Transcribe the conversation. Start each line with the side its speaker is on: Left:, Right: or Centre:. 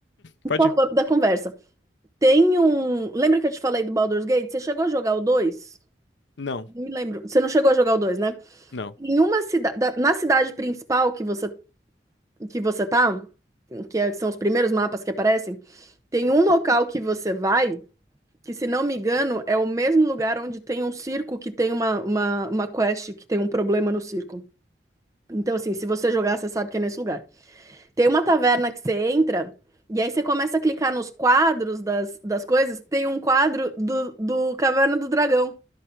Left: Pode
Right: Um pop-up
Left: ir.
Right: da conversa. Tem um... Lembra que eu te falei do Baldur's Gate? Você chegou a jogar o 2?
Left: Não,
Right: Não me lembro. Você não chegou a jogar o 2, né?
Left: não.
Right: Em uma cidade... Na cidade principal que você que você tá, que é- são os primeiros mapas que aparecem, tem um local que você vai, que se não me engano é o mesmo lugar onde tem um circo que tem uma, uma, uma quest que tem um problema no circo. Então, assim, se você jogar, você sabe que é nesse lugar. Tem uma taverna que você entra, e aí você começa a clicar nos quadros das, das coisas, tem um quadro do, do Caverna do Dragão.